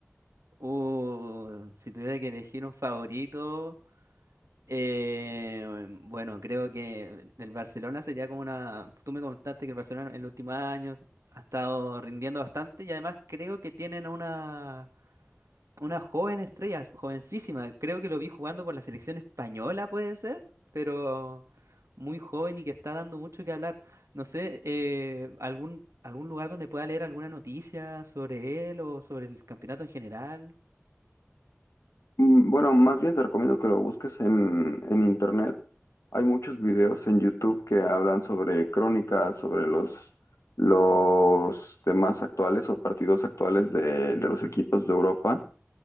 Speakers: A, on the right; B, on the left.
A: Uh, si tuviera que elegir un favorito... Eh, bueno, creo que el Barcelona sería como una... Tú me contaste que el Barcelona en los últimos años ha estado rindiendo bastante y además creo que tienen una, una joven estrella, jovencísima. Creo que lo vi jugando por la selección española, puede ser, pero muy joven y que está dando mucho que hablar. No sé, eh, algún, algún lugar donde pueda leer alguna noticia sobre él o sobre el campeonato en general.
B: Mm, Bueno, más bien te recomiendo que lo busques en, en internet. Hay muchos videos en YouTube que hablan sobre crónicas, sobre los, los temas actuales o partidos actuales de, de los equipos de Europa